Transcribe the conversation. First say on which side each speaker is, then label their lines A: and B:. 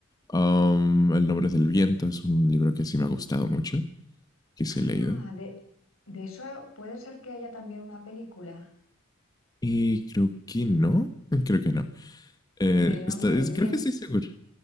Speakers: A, on the left (about 20°); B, on the left (about 85°).
A: Am, El nombre del viento es un libro que sí me ha gustado mucho, que sí
B: Ah,
A: he leído.
B: de, de eso puede ser que haya también una película
A: Y creo que no, <laughs> creo que no. Eh,
B: en el nombre
A: está-
B: del
A: es-
B: bien.
A: creo que estoy seguro.